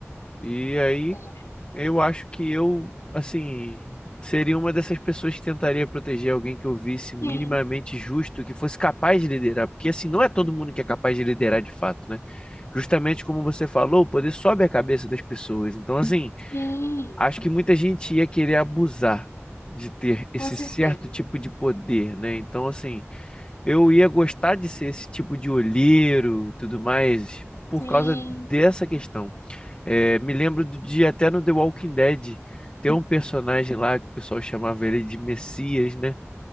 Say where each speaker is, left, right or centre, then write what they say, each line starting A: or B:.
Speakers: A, on the left (about 25°); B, on the left (about 75°).
A: E aí,
B: É.
A: eu acho que eu, assim, seria uma dessas pessoas que tentaria proteger alguém que eu visse minimamente
B: Sim,
A: justo, que fosse capaz de liderar. Porque, assim, não é todo mundo que é capaz de liderar de fato, né? Justamente como você falou, o poder sobe a cabeça das pessoas. Então, assim.
B: sim,
A: Acho que muita gente ia querer abusar de ter
B: com
A: esse
B: certeza.
A: certo tipo de poder, né? Então, assim, eu ia gostar de ser esse tipo de olheiro, e tudo mais, por
B: Sim.
A: causa dessa questão. É, me lembro do dia até no The Walking Dead, tem um personagem lá que o pessoal chamava ele de Messias, né?